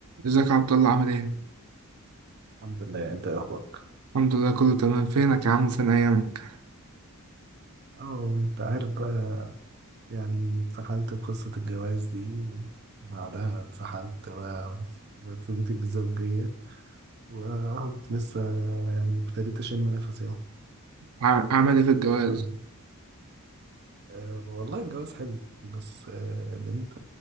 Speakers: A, on the right (about 80°); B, on the right (about 50°).
A: ازيك يا عبد الله عامل ايه؟
B: الحمد لله انت ايه اخبارك
A: الحمد لله كله تمام فينك يا عم وفين ايامك؟
B: اه انت عارف بقى يعني اتسحلت في قصة الجواز دي وبعدها اتسحلت بقى في بيت الزوجية واهو لسه يعني ابتديت اشم نفسي اهو
A: ع- عامل ايه في الجواز؟
B: تمام. اه والله الجواز حلو بس اه ان انت